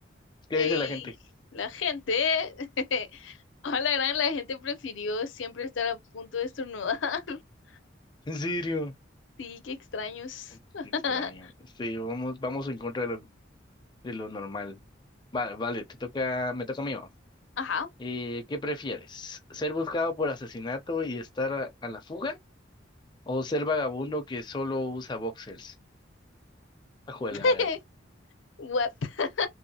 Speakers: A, on the left (about 25°); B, on the left (about 85°).
A: ¿Qué
B: Y
A: dice la gente?
B: la gente. <laughs> A la gran, la gente prefirió siempre estar a punto de estornudar. <laughs>
A: <laughs> ¿En serio?
B: Sí, qué extraños.
A: Mm,
B: <laughs>
A: Qué extraño. Sí, vamos, vamos en contra de lo, de lo normal. Vale, vale, te toca, me toca a mí, va.
B: Ajá.
A: Eh, ¿qué prefieres? ¿Ser buscado por asesinato y estar a, a la fuga? ¿O ser vagabundo que solo usa boxers? Ajuela,
B: <laughs> What? <laughs>